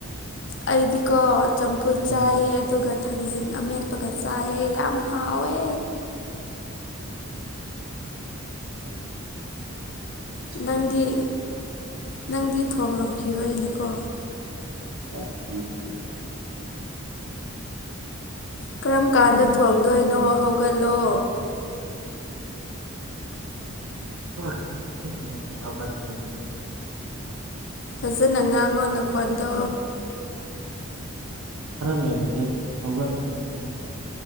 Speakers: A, on the left; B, on the right.
A: ꯑꯩꯗꯤꯀꯣ ꯆꯝꯐꯨꯠ
B: ꯎꯝ
A: ꯆꯥꯏꯌꯦ ꯑꯗꯨꯒ ꯊꯥꯡꯖꯤꯡ ꯑꯃꯦꯠꯄꯒ ꯆꯥꯏꯌꯦ ꯌꯥꯝ ꯍꯥꯎꯋꯦ
B: ꯑꯁꯦꯡꯕ
A: ꯅꯪꯗꯤ ꯅꯪꯗꯤ ꯊꯣꯡꯂꯝꯈꯤꯔꯣꯏꯅꯦꯀꯣ
B: ꯆꯥꯛ ꯊꯣꯡꯗ꯭ꯔꯤꯌꯦ
A: ꯀꯔꯝ
B: ꯊꯣꯡ
A: ꯀꯥꯟꯗ ꯊꯣꯡꯗꯣꯏꯅꯣ ꯍꯧꯒꯠꯂꯣ
B: <unintelligible> ꯍꯧꯒꯠꯈ꯭ꯔꯅꯤ ꯉꯁꯤ
A: ꯐꯖꯅ ꯉꯥꯡꯉꯣ ꯅꯈꯣꯟꯗꯣ
B: ꯈꯔ ꯂꯩꯔꯗꯤ ꯍꯧꯒꯠꯈ꯭ꯔꯅꯤ